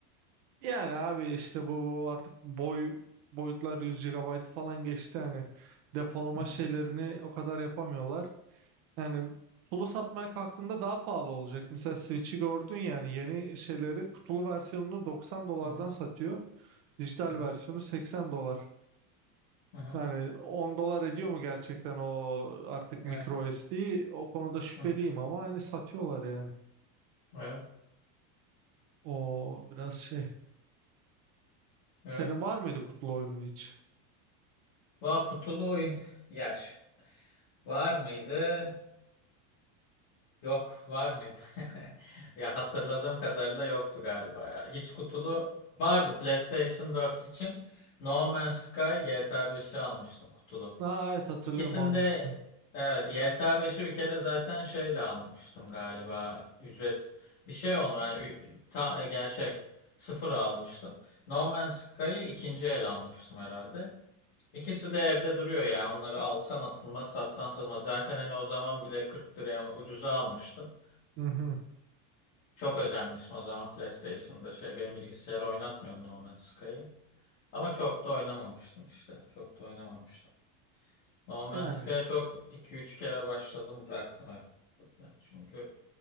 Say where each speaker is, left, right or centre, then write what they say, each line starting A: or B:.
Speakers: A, on the right (about 40°); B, on the left (about 40°).
A: yani abi işte bu artık boy boyutlar 100 gigabayt falan geçti yani depolama
B: hı,
A: şeylerini o kadar yapamıyorlar. Yani kutulu satmaya kalktığında daha pahalı olacak. Mesela Switch'i gördün yani yeni şeyleri kutulu versiyonunu doksan dolardan
B: hı hı,
A: satıyor. Dijital
B: hı hı,
A: versiyonu 80 dolar.
B: hı hı,
A: Yani 10 dolar ediyor mu gerçekten o artık
B: evet,
A: micro SD? O konuda şüpheliyim
B: hı hı,
A: ama hani satıyorlar yani.
B: evet.
A: O biraz şey.
B: Evet.
A: Senin var mıydı kutulu oyunun hiç?
B: Va kutulu oyun. <laughs> yaş var mıydı? Yok, var mıydı? <laughs> Ya hatırladığım kadarıyla yoktu galiba ya. Hiç kutulu vardı PlayStation 4 için. No Man's Sky, GTA 5'i almıştım kutulu.
A: Aa, evet hatırlıyorum
B: İkisinde
A: almıştın.
B: evet GTA 5'i bir kere zaten şeyle almıştım galiba. Ücret bir şey olmuyor yani ü- ta, e, gel şey sıfır almıştım. No Man's Sky'ı ikinci el almıştım herhalde. İkisi de evde duruyor ya. Onları alsan atılmaz, satsan satılmaz. Zaten hani o zaman bile 40 liraya mı ucuza almıştım.
A: Hı hı.
B: Çok özenmiştim o zaman PlayStation'da şey benim bilgisayarı oynatmıyordu No Man's Sky'ı. Ama çok da oynamamıştım işte. Çok da oynamamıştım. No Man's
A: Yani
B: Sky'a çok 2-3 kere başladım bıraktım hep. Çünkü